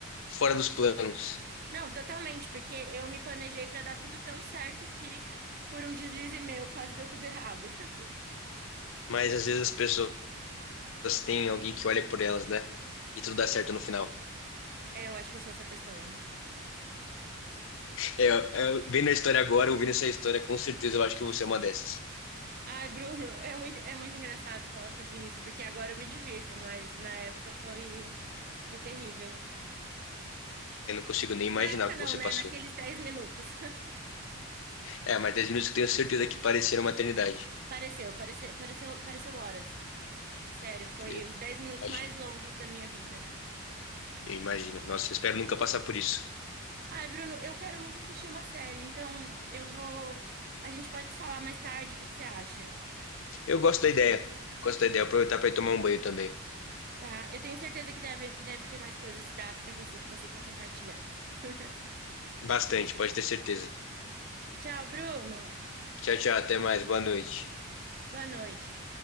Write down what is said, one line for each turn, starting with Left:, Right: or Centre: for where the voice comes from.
Left: fora dos planos.
Right: Não, totalmente, porque eu me planejei pra dar tudo tão certo que por um deslize meu quase deu tudo errado. <laughs>
Left: Mas às vezes as pessoas têm alguém que olha por elas, né? E tudo dá certo no final.
Right: É, eu acho que eu sou essa pessoa.
Left: É, é, vendo a história agora, ouvindo essa história, com certeza eu acho que você é uma dessas.
Right: Ai, Bruno, <laughs> é muito, é muito engraçado falar sobre isso, porque agora eu me divirto, mas na época foi, foi terrível.
Left: Eu não consigo nem imaginar
Right: Na época
Left: o que
Right: não,
Left: você
Right: né?
Left: passou.
Right: Naqueles 10 minutos. <laughs>
Left: É, mas 10 minutos que tenho certeza que pareceram uma eternidade.
Right: Pareceu, pareceu, pareceu, pareceu horas. Sério, foi
Left: Eu
Right: os 10 minutos
Left: imagino.
Right: mais longos da minha vida.
Left: Eu imagino. Nossa, eu espero nunca passar por isso.
Right: Ai, Bruno, eu quero muito assistir uma série, então eu vou. A gente pode se falar mais tarde, o que que você acha?
Left: Eu gosto da ideia. Gosto da ideia. Aproveitar para ir tomar um banho também.
Right: Tá? Eu tenho certeza que deve, deve ter mais coisas da África do Sul que você quer compartilhar. <laughs>
Left: Bastante, pode ter certeza.
Right: Tchau, Bruno.
Left: Tchau, tchau. Até mais. Boa noite.
Right: Boa noite.